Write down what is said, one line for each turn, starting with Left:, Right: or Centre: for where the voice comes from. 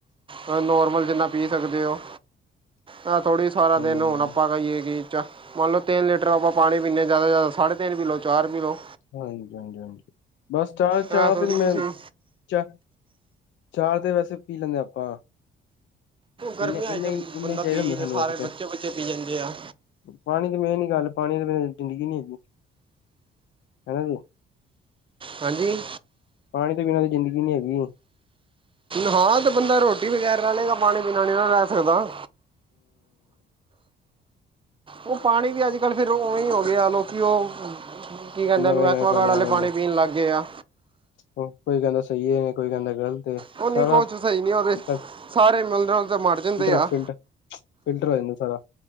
Right: ਨੋਰ ਨੋਰਮਲ, ਜਿੰਨਾ ਪੀ ਸਕਦੇ ਓ, ਏਨਾ ਥੋੜ੍ਹੀ ਸਾਰਾ
Left: ਹੂੰ,
Right: ਦਿਨ ਹੁਣ, ਆਪਾਂ ਕਹੀਏ ਕਿ ਮੰਨ ਲੋ, ਤਿੰਨ ਲੀਟਰ ਆਪਾਂ ਪਾਣੀ ਪੀੇਣੇ ਜਿਆਦਾ -ਜਿਆਦਾ ਸਾਢੇ ਤਿੰਨ ਪੀ ਲਓ, ਚਾਰ ਪੀ ਲਓ
Left: ਹਾਂਜੀ, ਹਾਂਜੀ- ਹਾਂਜੀ, ਬਸ ਚਾਹ- ਚਾਹ
Right: ਆ ਥੋੜੀ
Left: ਤੇ ਮੈਂ
Right: ਤੁਸੀਂ
Left: ਚਾ, ਚਾਹ ਤੇ ਵੈਸੇ ਪੀ ਲੈਂਦੇ ਆਪਾਂ
Right: ਗਰਮੀ
Left: ਇੰਨੇ
Right: ਆਈ
Left: ਇੰਨਾ
Right: ਜਾਂਦੀ
Left: ਹੀ
Right: ਤੇ
Left: ਇੰਨਾ
Right: ਬੰਦਾ
Left: ਹੀ ਚਾਹੀਦਾ
Right: ਪੀ
Left: ਹੁੰਦਾ ਸਾਨੂੰ
Right: ਸਾਰੇ
Left: ਵੈਸੇ ਤੇ
Right: ਬੱਚੇ- ਬੁੱਚੇ ਪੀ ਜਾਂਦੇ ਆ
Left: ਪਾਣੀ ਤੇ ਮੇਨ ਗੱਲ, ਪਾਣੀ ਤੋਂ ਬਿਨਾਂ ਜ਼ਿੰਦਗੀ ਨਈ ਹੈਗੀ। ਹਨਾ, ਜੀ।
Right: ਹਾਂਜੀ।
Left: ਪਾਣੀ ਤੋਂ ਬਿਨਾਂ ਤੇ ਜ਼ਿੰਦਗੀ ਨੀ ਹੈਗੀ।
Right: ਹਾਂ ਤੇ ਬੰਦਾ ਰੋਟੀ ਬਗੈਰ ਰਹਿ ਲੇਗਾ, ਪਾਣੀ ਬਿਨਾਂ ਨਹੀਂ ਰਹਿ ਸਕਦਾ। ਉਹ ਪਾਣੀ ਵੀ ਅਜ ਕਲ ਫਿਰ ਉਵੇ ਹੀ ਹੋ ਗਿਆ ਲੋਕੀ ਉਹ- ਕੀ ਕਹਿਦੇ
Left: ਨਵੇਂ-ਨਵੇਂ
Right: ਉਹਨੂੰ ਐਕਵਾਗਾਰਡ
Left: ਪਾਣੇ
Right: ਆਲੇ
Left: ਆ ਗਏ
Right: ਪਾਣੀ
Left: ਨੇ
Right: ਪੀਣ ਲੱਗ ਗਏ ਐ।
Left: ਕੋਈ ਕਹਿੰਦੈ ਸਹੀ ਏ ਕੋਈ ਕਹਿੰਦੈ ਗਲਤ ਏ
Right: ਉਹ ਨਹੀਂ
Left: ਸਾਰਾ
Right: ਕੁਛ ਸਹੀ ਨਹੀਂ ਉਹਦੇ
Left: ਫਿਲਟਰ
Right: ਸਾਰੇ ਮਿਨਰਲ ਤੇ ਮਰ ਜਾਂਦੇ ਆ
Left: ਸ਼ਲਦਰ <unintelligible> ਫਿਲਟਰ ਇਹਨ ਸਾਰਾ-